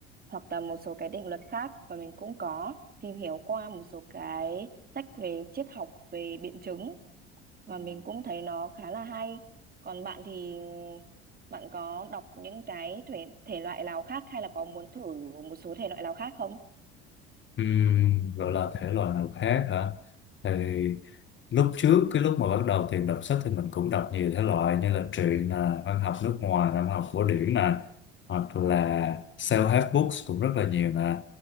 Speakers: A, on the right (about 30°); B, on the left (about 40°).
A: hoặc là một số cái định luật khác và mình cũng có tìm hiểu qua một số cái sách về triết học, về biện chứng và mình cũng thấy nó khá là hay. Còn bạn thì bạn có đọc những cái thể, thể loại nào khác hay là có muốn thử một số thể loại nào khác không?
B: Ừ, gọi là thể loại nào khác hả? Thì lúc trước cái lúc mà bắt đầu tìm đọc sách thì mình cũng đọc nhiều thể loại như là truyện nè văn học nước ngoài nè văn học cổ điển nè hoặc là self-help books cũng rất là nhiều nè